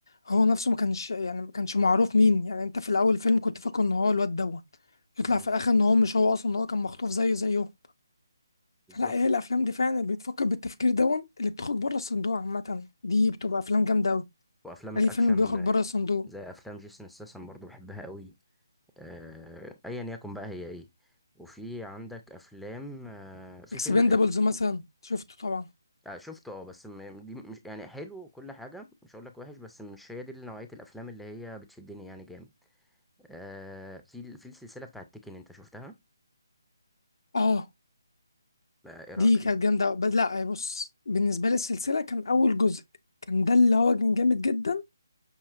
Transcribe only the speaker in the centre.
مم.
بالظبط
وافلام الاكشن
آه،
زي افلام جيسون ستاثام برضو بحبها قوي آه، ايا يكن بقى هي ايه وفي عندك افلام آه، في
فيلم آه،
آه، شفته اه بس م- دي مش يعني حلو وكل حاجه مش هقول لك وحش بس مش هي دي نوعيه الافلام اللي هي بتشدني يعني جامد آه، في ال- في السلسله بتاعت تيكن انت شفتها
آه، ايه رايك
فيها